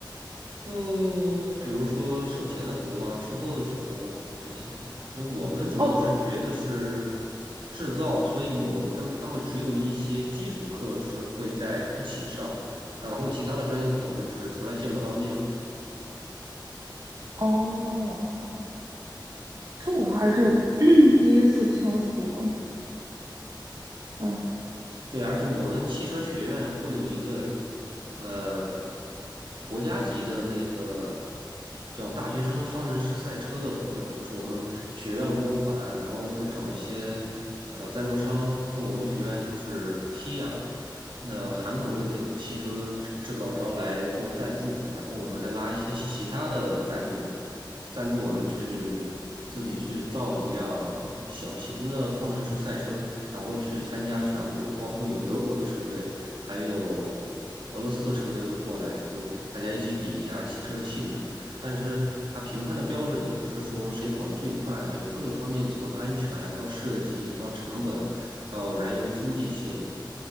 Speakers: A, on the right (about 85°); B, on the right (about 50°).
A: 嗯，比如说售前的服务啊，售后的服务啊这些，因为我们主要是学的是
B: 哦
A: 制造，所以我们跟他们只有一些基础课是会在一起上，然后其他的专业课我们是从来见不到面的。
B: 哦，这我还是 <clears throat> 第一次听说。哎
A: 对，而且我们汽车学院会有一个呃国家级的那个叫大学生方程式赛车的活动，就是我们学院拨款，然后会找一些呃赞助商，像我们学院就是 Kia，那韩国的那个汽车制制造商来做赞助，然后我们再拉一些其他的赞助。赞助我们去自己去造一辆小型的方程式赛车，然后去参加全国，包括有德国的车队，还有俄罗斯的车队会过来，就大家一起比一下汽车的性能。但是它评判的标准也不是说谁跑得最快啊有各个方面，从安全到设计到成本到燃油经济性